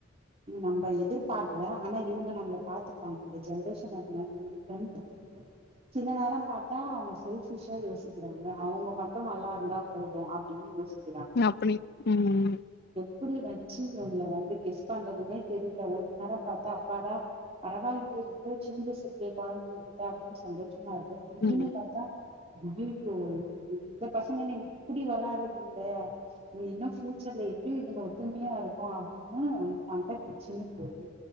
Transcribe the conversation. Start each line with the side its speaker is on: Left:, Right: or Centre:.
Right: நம்ம எதிர்பார்கல ஆனா இவங்க நம்மள பாத்தப்பாங்க இந்த ஜென்ரேஷன் அது மாதிரி இருக்கும்னு தோணுது சில நேரம் பார்த்தா அவங்க செல்பிஷா யோசிக்கிறாங்க அவங்க மட்டு நல்லா இருந்தா போதும் அப்படின்னு யோசிக்கங்
Left: அப்டி ம்ம்
Right: எப்டி வச்சி இவங்கள வந்து கெஸ் பண்றதுமே தெரில ஒரு நேர பாத்தா அப்பாடா பரவாலியே இவ்ளோ சேஞ்சஸ் இருக்கே குழந்தைங்க கிட்ட அப்டினு சந்தோ மாருக்கு திடீர்னு
Left: ம்
Right: பாத்த அய்யயோ இந்த பசங்கென்ன இப்டி வெளாட்றதுங்களே நீ இன்னு பிஃபியூச்சர்ல எப்டிய இதுங்க ஒத்துமையா இருக்கு அப்டின்னு மண்ட பிச்சன்னு போகுது